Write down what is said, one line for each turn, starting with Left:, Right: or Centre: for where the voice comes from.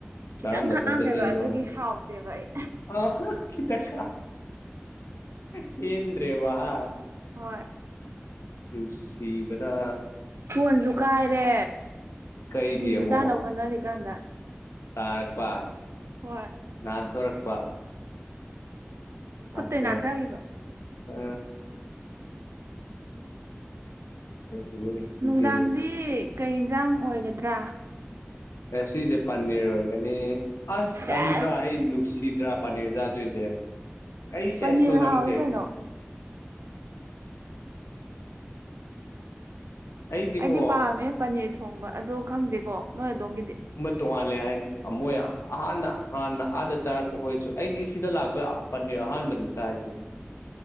Right: ꯈꯤꯇꯪ
Left: ꯀꯔꯝꯕ
Right: ꯈꯥꯛꯑꯝꯃꯦꯕ
Left: ꯊꯠꯖꯗꯣꯏꯅꯣ
Right: ꯑꯗꯨꯒꯤ ꯍꯥꯎꯇꯦꯕ ꯑꯩ
Left: ꯑ ꯏꯤꯇꯪ ꯈ ꯄ‌ꯦꯟꯗ꯭ꯔꯦꯕ ꯍꯥ
Right: ꯍꯣꯏ
Left: ꯎ ꯁꯤꯕꯗꯥ
Right: ꯐꯣꯟꯁꯨ ꯀꯥꯏꯔꯦ
Left: ꯀꯩꯒꯤ
Right: ꯁꯤꯡꯖꯨ
Left: ꯑꯃꯨꯛ
Right: ꯆꯥꯅꯕ ꯍꯣꯠꯅꯔꯤꯀꯥꯟꯗ
Left: ꯇꯥꯔꯛꯄ
Right: ꯍꯣꯏ
Left: ꯅꯍꯥꯟ ꯊꯣꯔꯛꯄ
Right: ꯈꯨꯠꯇꯩ
Left: ꯑ ꯁꯔꯤ
Right: ꯅꯥꯟꯊꯈꯤꯕ
Left: ꯑ ꯆꯠꯂꯤꯍꯦ ꯑꯗꯨꯗꯤ
Right: ꯅꯨꯡꯗꯥꯡꯗꯤ ꯀꯩ ꯌꯦꯟꯖꯥꯡ ꯑꯣꯏꯒꯗ꯭ꯔꯥ
Left: ꯑꯦ ꯁꯤꯁꯦ ꯄꯥꯟꯅꯤꯡꯔꯣꯏꯒꯅꯤ ꯑꯁ
Right: ꯁꯦꯁ
Left: ꯇꯟꯗ꯭ꯔꯥ ꯑꯩ ꯅꯨꯡꯁꯤꯗ꯭ꯔꯥ ꯄꯅꯤꯔ ꯆꯥꯗꯣꯏꯁꯦ ꯀꯩ ꯁꯦꯁꯅꯣ
Right: ꯄꯅꯤꯔ
Left: ꯅꯪꯁꯦ
Right: ꯍꯥꯎꯏ ꯀꯩꯅꯣ
Left: ꯑꯩꯗꯤꯀꯣ
Right: ꯑꯩꯗꯤ ꯄꯥꯝꯃꯦ ꯄꯅꯤꯔ ꯊꯣꯡꯕ ꯑꯗꯣ ꯈꯪꯗꯦꯀꯣ ꯅꯣꯏ ꯑꯗꯣꯝꯒꯤꯗꯤ
Left: ꯇꯣꯉꯥꯜꯂꯦ ꯍꯥꯏ ꯃꯣꯏ ꯑꯍꯥꯟꯅ ꯍꯥꯟꯅ ꯑꯥꯗ ꯆꯥꯔꯛꯄ ꯍꯣꯏꯔꯁꯨ ꯑꯩꯗꯤ ꯁꯤꯗ ꯂꯥꯛꯄꯗ ꯄꯅꯤꯔ ꯑꯍꯥꯟꯕꯅꯤ ꯆꯥꯔꯤꯁꯦ